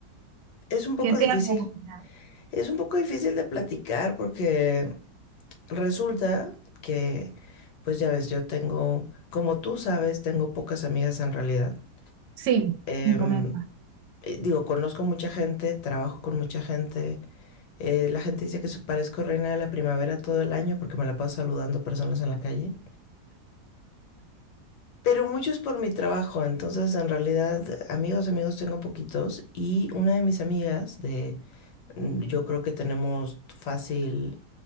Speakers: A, on the left; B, on the right.
A: Es un poco
B: ¿Qué te
A: difícil,
B: ha comentado?
A: es un poco difícil de platicar porque resulta que, pues ya ves, yo tengo, como tú sabes, tengo pocas amigas en realidad.
B: Sí,
A: Em,
B: me comentas.
A: eh, digo, conozco mucha gente, trabajo con mucha gente. eh, la gente dice que so- parezco reina de la primavera todo el año porque me la paso saludando personas en la calle. Pero muchos por mi trabajo, entonces en realidad amigos, amigos tengo poquitos y una de mis amigas de, mm, yo creo que tenemos fácil